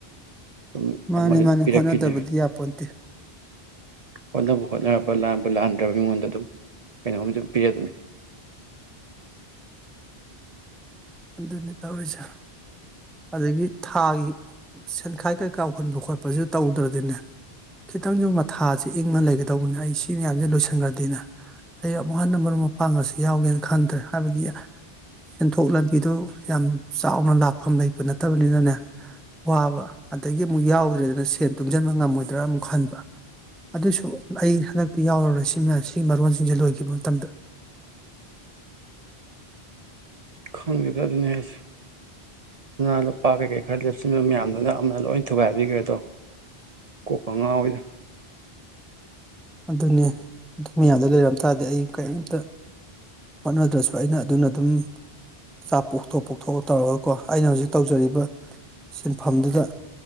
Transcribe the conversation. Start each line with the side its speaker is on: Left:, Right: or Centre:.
Right: ꯑꯗꯨꯝ
Centre: ꯃꯥꯅꯤ
Right: ꯑꯃꯗꯤ
Centre: ꯃꯥꯅꯤ
Right: ꯑꯗꯨꯝ ꯄꯤꯔꯛꯈꯤꯅꯤ
Centre: ꯍꯣꯠꯅꯗꯕꯗꯤ ꯌꯥꯄꯣꯟꯗꯦ
Right: ꯍꯣꯠꯅꯕ ꯍꯣꯠꯔꯕ ꯂ ꯂꯥꯟꯍꯥꯟꯗ꯭ꯔꯕ ꯃꯤꯉꯣꯟꯗ ꯑꯗꯨꯝ ꯀꯩꯅꯣꯝ ꯄꯤ ꯑꯗꯨꯅꯤ
Centre: ꯑꯗꯨꯅꯤ ꯇꯧꯔꯤꯁ ꯑꯗꯒꯤ ꯊꯥꯒꯤ ꯁꯦꯟꯈꯥꯏ ꯀꯩ ꯀꯥꯎꯍꯟꯕ ꯈꯣꯠꯄꯁꯨ ꯇꯧꯗ꯭ꯔꯗꯤꯅꯦ ꯈꯤꯇꯪꯁꯨ ꯃꯊꯥꯁꯦ ꯏꯪꯅ ꯂꯩꯒꯗꯧꯕꯅꯦ ꯑꯩ ꯁꯤ ꯃꯌꯥꯝꯁꯦ ꯂꯣꯏꯁꯟꯈ꯭ꯔꯗꯤꯅꯦ ꯑꯩ ꯑꯃꯨꯛ ꯍꯟꯅ ꯃꯔꯨꯞ ꯃꯄꯥꯡꯒꯁꯤ ꯌꯥꯎꯒꯦꯅ ꯈꯟꯗ꯭ꯔꯦ ꯍꯥꯏꯕꯗꯤ ꯁꯦꯟꯊꯣꯛ ꯂꯝꯕꯤꯗꯨ ꯌꯥꯝ ꯆꯥꯎꯅ ꯂꯥꯛꯐꯝ ꯂꯩ ꯅꯠꯇꯕꯅꯤꯅꯅꯦ ꯋꯥꯕ ꯑꯗꯒꯤ ꯑꯃꯨꯛ ꯌꯥꯎꯗ꯭ꯔꯦꯗꯅ ꯁꯦꯟ ꯇꯨꯡꯁꯤꯟꯕ ꯉꯝꯃꯣꯏꯗ꯭ꯔꯥ ꯑꯃꯨꯛ ꯈꯟꯕ ꯑꯗꯨꯁꯨ ꯑꯩ ꯍꯟꯗꯛꯇꯤ ꯌꯥꯎꯔꯔꯣꯏ ꯁꯤ ꯁꯤꯒꯤ ꯃꯔꯣꯟꯁꯤꯡꯁꯦ ꯂꯣꯏꯈꯤꯕ ꯃꯇꯝꯗ
Right: ꯈꯪꯒꯦꯗ ꯑꯗꯨꯅꯤ ꯍꯥꯏꯁꯦ ꯁꯅꯥ ꯂꯨꯄꯥ ꯀꯩꯀꯩ ꯈꯔ ꯂꯦꯞꯁꯤꯟꯕ ꯃꯌꯥꯝꯗꯨꯅ ꯑꯃꯅ ꯂꯣꯏ ꯊꯨꯒꯥꯏꯕꯤꯈ꯭ꯔꯦ ꯑꯗꯣ ꯀꯣ ꯀꯉꯥꯥꯎꯅ
Centre: ꯑꯗꯨꯅꯤ ꯑꯗꯨ ꯃꯌꯥꯝꯗ ꯂꯩꯔꯝ ꯇꯥꯔꯗꯤ ꯑꯩ ꯀꯔꯤꯝꯇ ꯍꯣꯠꯅꯗ꯭ꯔꯁꯨ ꯑꯩꯅ ꯑꯗꯨꯅ ꯑꯗꯨꯝꯆꯥ ꯄꯣꯛꯊꯣꯛ ꯄꯣꯛꯊꯣꯛꯑ ꯇꯧꯔꯒꯀꯣ ꯑꯩꯅ ꯍꯧꯖꯤꯛ ꯇꯧꯖꯔꯤꯕ ꯁꯤꯟꯐꯝꯗꯨꯗ